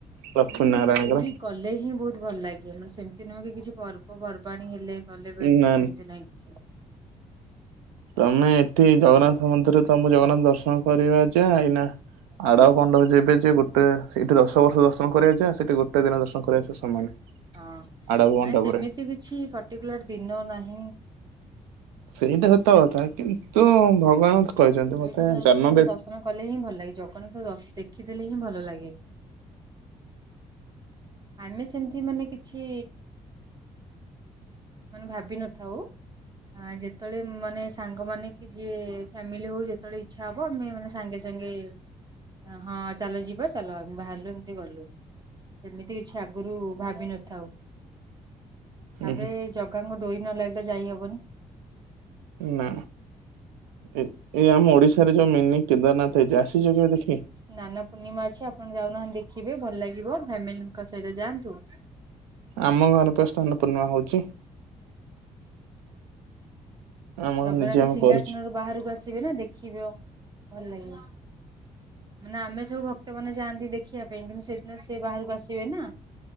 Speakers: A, on the right; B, on the right.
A: ଲକ୍ଷ୍ମୀ
B: ମାନେ
A: ନାରାୟଣଙ୍କର
B: ପୁରୀ ଗଲେ ହିଁ ବହୁତ ଭଲ ଲାଗେ ମାନେ ସେମିତି ନୁହେଁ କି କିଛି ପର୍ବ ପର୍ବା- ଣି ହେଲେ ଗଲେ ଭେଟ
A: ନା ନା
B: ସେମିତି ନାହିଁ କିଛି
A: ତମେ ଏଠି ଜଗନ୍ନାଥ ମନ୍ଦିରରେ ତମକୁ ଜଗନ୍ନାଥ ଦର୍ଶନ କରିବା ଯାହା ଏଇନା ଆଡପ ମଣ୍ଡପ ଯେବେ ଯେ ଗୋଟେ ସେଇଠି ଦଶ ବର୍ଷ ଦର୍ଶନ କରିବା ଯାହା ସେଠି ଗୋଟେ ଦିନ ଦର୍ଶନ କରିବା ସହ ସମାନ
B: ହଁ ନାଇ
A: ଆଡପ ମଣ୍ଡପରେ
B: ସେମିତି କିଛି ପର୍ଟିକୁଲାର ଦିନ ନାହିଁ।
A: ସେଇଟା ସତ କଥା କିନ୍ତୁ ଭଗବାନ
B: ହଁ।
A: କହିଛନ୍ତି
B: କେବେ
A: ମତେ
B: ବି ଯାଇକି
A: ଜନ୍ମ
B: ମାନେ
A: ବେ
B: ଦର୍ଶନ କଲେ ହିଁ ଭଲ ଲାଗେ ଜଗନ୍ନାଥ ଦ ଦେଖିଦେଲେ ହିଁ ଭଲ ଲାଗେ ଆମେ ସେମିତି ମାନେ କିଛି ମାନେ ଭାବିନଥାଉ ହ ଯେତେବେଳେ ମାନେ ସାଙ୍ଗମାନେ କି ଯିଏ ଫ୍ୟାମିଲି ହଉ ଯେତେବେଳେ ଇଛା ହବ ବ ଆମେ ମାନେ ସାଙ୍ଗେ ସାଙ୍ଗେ ହଁ ଚାଲ ଯିବା ଚାଲ ଆମେ ବାହାରିଲୁ ଏମିତି ଗଲୁ ସେମି ତି କିଛି ଆଗରୁ ଭାବି ନଥାଉ ତାପରେ
A: ଉଁ ହୁଁ
B: ଜ - ଗାଙ୍କ ଡୋରି ନ ଲାଗିଲେ ଯାଇହବନି
A: ନା ଏ ଏଇ ଆମ ଓଡିଶାରେ ଯୋଉ ମିନି କେନ୍ଦାରନାଥ ହେଇଛି ଆସିଛ କେବେ ଦେଖି
B: ନାନା ପୂର୍ଣ୍ଣିମା ଅଛି ଆପଣ ଯାଉନାହାନ୍ତି ଦେଖିବେ ଭଲ ଲାଗିବ ଫ୍ୟାମିଲି ଙ୍କ ସହିତ ଯାଆନ୍ତୁ
A: ଆମ ଘରେ ପା ସ୍ନାନ ପୂର୍ଣ୍ଣିମା ହଉଛି। ଆମ
B: ଜଗନ୍ନାଥ
A: ନିଜେ ଆମେ
B: ସିଂହାସନରୁୁ
A: କରୁଛୁ।
B: ବାହାରକୁ ଆସି- ବେନା ଦେଖିବ ଭଲ ଲାଗିବ ମାନେ ଆମେ ସବୁ ଭ- କ୍ତ ମାନେ ଯାଆନ୍ତି ଦେଖିବା ପାଇଁ କିନ୍ତୁ ସେଦିନ ସେ ବାହାରକୁ ଆସିବେ ନା